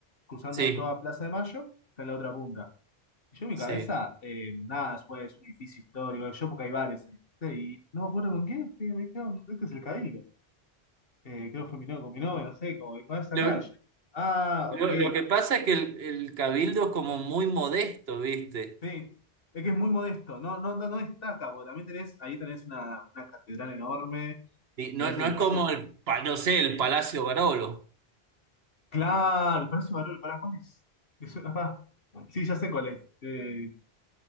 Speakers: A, on the left; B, on the right.
A: Cruzando
B: Sí,
A: toda Plaza de Mayo, está en la otra punta. Y yo en mi
B: sí.
A: cabeza, eh, nada, después es un edificio histórico, yo porque hay bares ahí, ¿viste? Y no me acuerdo con quién, que y me dijeron, este es el Cabildo. Eh, creo que fue mi novio, con mi novio, no sé, como dijo, "Ah, es acá.
B: Lo,
A: Y yo, ah,
B: lo-
A: ok,
B: lo que pasa es que el, el Cabildo es como muy modesto, ¿viste?
A: sí. Es que es muy modesto, no, no, no, no destaca, porque también tenés, ahí tenés una, una catedral enorme,
B: Y
A: tenés
B: no, no
A: edificios
B: es como el, pa- no sé, el Palacio Barolo.
A: Claro, el precio valor, ¿para cuál es? Me suena- ah, Sí, ya sé cuál es. Eh,